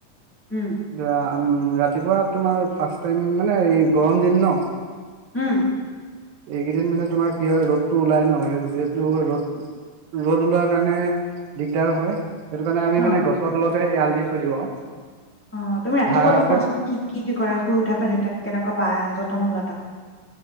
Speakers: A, in the centre; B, on the right.
A: উম
B: <unintelligible> ৰাতিপোৱা তোমাৰ ফাৰ্ষ্ট টাইম মানে গৰম দিন ন'।
A: উম।
B: এই কেইদিন মানে তোমাৰ পিয়ৰ ৰ'দ টো ওলাই ন'? যিহেতু, ৰদ ওলোৱাৰ কাৰণে দিগদাৰ হয়। সেইটোকাৰণে আমি
A: অ
B: মানে গছৰ তলতে এয়াল দি <unintelligible>
A: অ', তুমি ৰাতি
B: ঘাঁহ
A: পোৱাৰ
B: আছে
A: পৰা কোৱাচোন কি কি কৰা শুই উঠাৰ পৰা দেউতাক কেনেক <unintelligible>